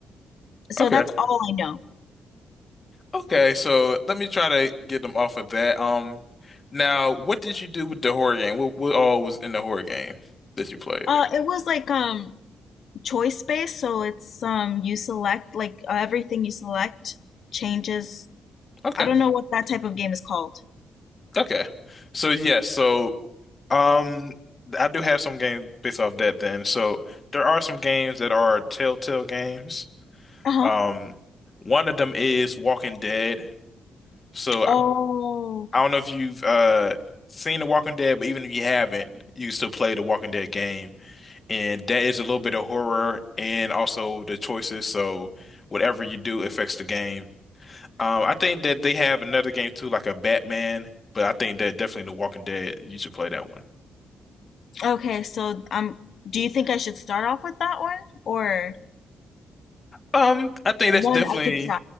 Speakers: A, on the left (about 55°); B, on the left (about 30°).
A: So
B: Okay.
A: that's all I know.
B: Okay, so let me try to get them off of that. Um, now, what did you do with the horror game? What what all was in the horror game that you played?
A: Uh, it was like um choice based, so it's um you select like uh, everything you select changes.
B: Okay.
A: I don't know what that type of game is called.
B: Okay. So yes, so um I do have some games based off that then. So there are some games that are Telltale games.
A: Uh-huh.
B: Um one of them is Walking Dead. So I,
A: Oh,
B: I don't know if you've uh seen The Walking Dead, but even if you haven't, you can still play the Walking Dead game. And that is a little bit of horror and also the choices. So whatever you do affects the game. Um, I think that they have another game too, like a Batman, but I think that definitely The Walking Dead, you should play that one.
A: okay. So um, do you think I should start off with that one or
B: Um, I think that's
A: one
B: definitely
A: I could